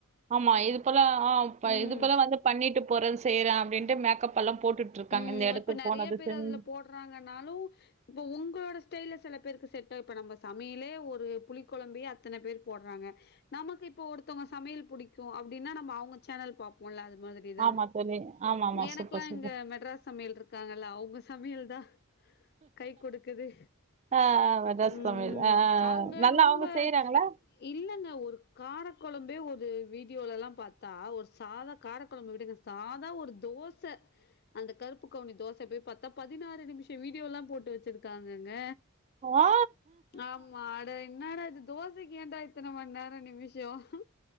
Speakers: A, on the right (about 30°); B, on the left (about 50°).
A: ஆமா இது போல ஆ
B: ம்
A: இது போல வந்து பண்ணிட்டு போறேன்னு செய்யறே அப்டின்ட்டு மேக்கப் எல்லாம் போட்டுட்டு இருக்காங்க
B: உம்
A: இந்த இடத்துக்கு
B: இப்ப நெறைய
A: போனது
B: பேர்
A: செஞ்சு
B: அதுல போடுறாங்கன்னாலு இப்ப உங்களோட ஸ்டைல சில பேருக்கு செட்ட இப்ப நம்ம சமையலே ஒரு புளி கொழம்ப அத்தனை பேர் போடுறாங்க நமக்கு இப்ப ஒருத்தவங்க சமையல் பிடிக்கூ அப்பின்னா நம் அவுங்க சேனல் பாப்போம்ல அது மாதிரிதா
A: ஆமா செரி ஆமா ஆமா
B: எனக்கெல்லா
A: சூப்பர் சூப்பர்
B: இங்க சமையல் இருக்காங்கல்ல அவுங்க சமையல் தான் கை கொடுக்குது
A: ஆஹ் ரஸ்
B: உம்
A: சமையல் ஆஹ்
B: அவுங்க
A: நல்லா
B: ரொம்ப
A: அவங்க செய்யறாங்களா
B: இல்லைங்க ஒரு கார ர கொழம்பே ஒரு வீடியோல எல்லாம் பார்த்தா ஒரு சாதா காரைக்கொழம்பு விடுங்க சாதா ஒரு தோச அந்த கருப்பு கவுனி தோச போய் பார்த்தா பதினாறு நிமிஷோ வீடியோ எல்லாம் போட்டு வச்சிருக்காங்கங்க
A: ஆ
B: ஆமா இன்னாட அது தோச <unintelligible> மண்ணேிஷம்